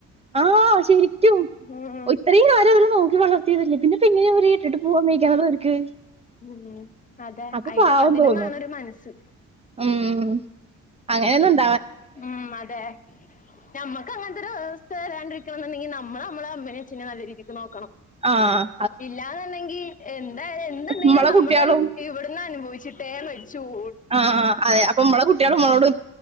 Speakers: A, on the right; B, on the left.
A: ആഹ ശരിക്കും
B: ഉം
A: ഇത്രയും കാലം അതില് നോക്കി വളർത്തിയതല്ലേ പിന്നെ ഇപ്പൊ ഇങ്ങനെ അവര് ഇട്ടിട്ട് പോവാൻ വൈകാത അവർക്ക്
B: ഉം അതെ
A: അപ്പൊ
B: അ
A: പാവം
B: അതിനു
A: തോന്നും
B: വേണം ഒരു മനസ്സ്
A: ഉം അങ്ങനെന്ന
B: ഉം അതെ നമ്മക്കങ്ങ ഒര വസ്ഥ വരാണ്ടരിക്കണംന്നു ണ്ടങ്കിൽ നമ്മള് നമ്മളെ അമ്മനെ അച്ഛനെ നല്ല രീതിക്ക് നോക്കണം
A: ആഹ
B: ഇല്ലാന്നുണ്ടെങ്കിൽ എന്തായാലും എന്തുണ്ടെങ്കിലും
A: നമ്മളെ
B: നമ്മള്
A: കുട്ടികളും
B: ഇവിടന്ന് അനുഭവിച്ചിട്ടേ മരിച്ചു പോവു
A: ആഹ് ആ അതെ അപ്പൊ മമ്മളെ കുട്ടികള് മ്മളോട്